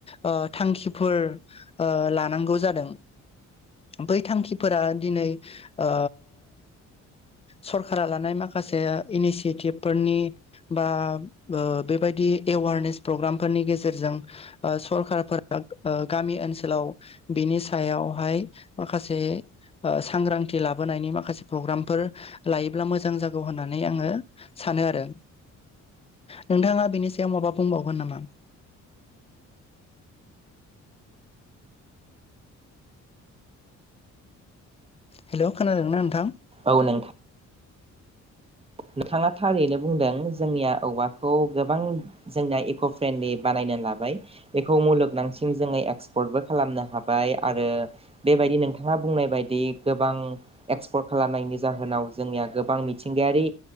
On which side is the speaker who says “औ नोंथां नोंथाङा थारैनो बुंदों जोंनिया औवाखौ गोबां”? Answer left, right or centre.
Right